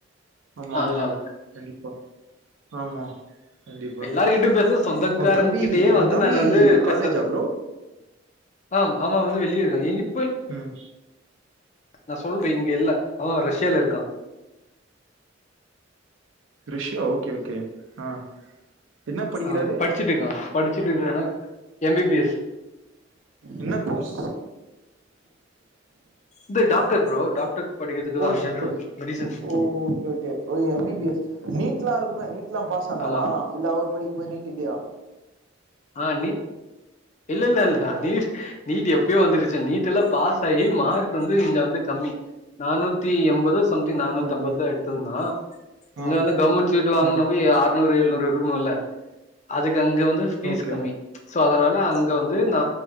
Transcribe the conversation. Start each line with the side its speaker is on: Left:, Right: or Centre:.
Right: ஆமா
Left: அதனால
Right: ஆமா கண்டிப்பா ஆமா கண்டிப்பா
Left: எல்லாருகிட்டயு பேஸ்ற சொந்தக்காரங்க
Right: உ தம்பி
Left: கிட்டயே
Right: உ
Left: வந்து
Right: தம்பி
Left: நானு வந்து பேஸ்றது
Right: காலேஜா ப்ரோ
Left: ஆம் ஆமா வந்து வெளிய இருக்கா எங்கியி
Right: ம்
Left: நா சொல்றே இங்க இல்ல அவ ரஷ்யால இருக்கா
Right: ரஷ்யா ஓகே ஓகே ஆ என்ன படிக்கிறாரு
Left: ஆ படிச்சிட்டு இருக்கா படிச்சிட்டுருக்கானா எம் பி பி எஸ்
Right: என்ன கோர்ஸ்
Left: இது டாக்டர் ப்ரோ டாக்டர் படிக்கிறதுக்கு
Right: கோர்ஸ்
Left: தான் ஜென்ரல்
Right: கோர்ஸ்
Left: மெடிசன்
Right: ஓ ஓகே ஓகே ஓ எம் பி பி எஸ் நீட்லா இருக்குமே நீட் லாம் பாஸ் ஆனாரா
Left: ஆமா
Right: இல்ல அவர் படிக்கு போது நீட் இல்லையா
Left: ஆ நீ இல்லல்ல நீட் நீட் எப்பயோ வந்துருச்சு நீட்டெல்லா பாஸ் ஆயி மார்க் வந்து இங்க வந்து கம்மி நானூத்தி எம்பதோ சம்திங் நானூத்தம்பத்
Right: ஓகே
Left: தா எடுத்துருந்தா இங்க
Right: ஆ
Left: வந்து கவர்மெண்ட் சீட்டு வாங்கனுனாவே
Right: ஆ
Left: ஆர்னூரு எ ழ்னூரு எடுக்கணுன்ல்ல அதுக்கு அங்க வந்து ஃபீஸ்
Right: ஓகே
Left: கம்மி சோ அதனா ல அங்க வந்து நா